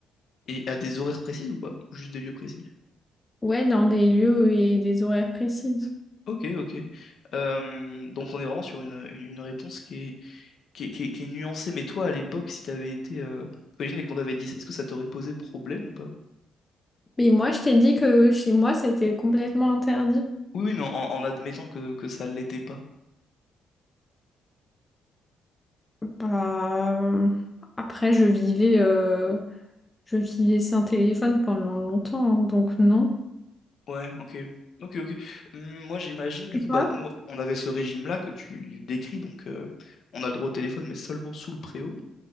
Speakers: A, on the left; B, on the left.
A: Et à des horaires précis ou pas? Ou Juste des lieux précis.
B: ouais, dans des lieux et des horaires précises.
A: Ok, ok. Euh, donc on est vraiment sur une, une réponse qui est, qui est, qui est- qui est nuancée. Mais toi, à l'époque, si t'avais été... Euh... t'imagines, et qu'on t'avait dit ça, est-ce que ça t'aurait posé problème ou pas?
B: Mais moi, je t'ai dit que chez moi, c'était complètement interdit.
A: Oui, oui, mais en, en admettant que, que ça ne l'était pas.
B: Bah, euh, après, je vivais, euh, je vivais sans téléphone pendant longtemps, hein, donc non.
A: Ouais, ok. Ok, ok. Hum, Moi, j'imagine, du
B: Et
A: coup,
B: toi?
A: bah, nous, on avait ce régime-là que tu décris, donc euh, on a le droit au téléphone, mais seulement sous le préau.